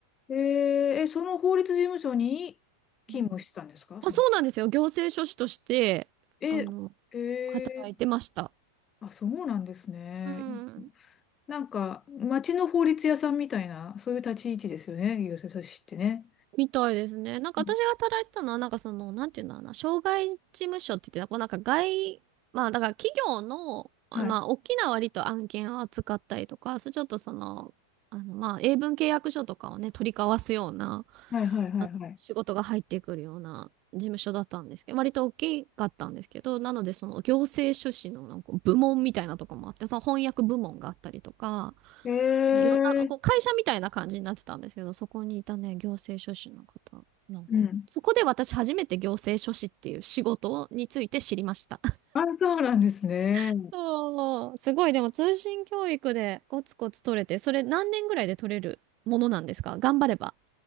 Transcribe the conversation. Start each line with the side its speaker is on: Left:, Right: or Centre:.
Left: えーえ、その法律事務所に勤務してたんですかその、
Right: うん。あ、そうなんですよ。行政書士として、
Left: え、
Right: あの、
Left: えー
Right: 働いてました。
Left: あ、そうなんですね。
Right: うん。
Left: なんか、町の法律屋さんみたいな、そういう立ち位置ですよね、行政書士ってね。
Right: みたいですね。なんか私が働いてたのは、
Left: うん
Right: なんかその、なんていうんだろうな、障害事務所って言って、こうなんか外、まあだから企業の、あまあ大きな割と案件を扱ったりとか、
Left: はい。
Right: それちょっとその、あのまあ英文契約書とかをね、取り交わすような、
Left: はいはいはいはい。
Right: あ仕事が入ってくるような事務所だったんですけど、割と大きかったんですけど、なのでその行政書士のなんか部門みたいなとこもあって、その翻訳部門があったりとか、
Left: ええ
Right: そのいろんな、こう会社みたいな感じになってたんですけど、そこにいたね、行政書士の方、なんか、
Left: うん。
Right: そこで私初めて行政書士っていう仕事について知りました。
Left: あ、そうなんですね。
Right: <laughs> そう、すごい、でも通信教育でコツコツ取れて、それ何年ぐらいで取れるものなんですか頑張れば。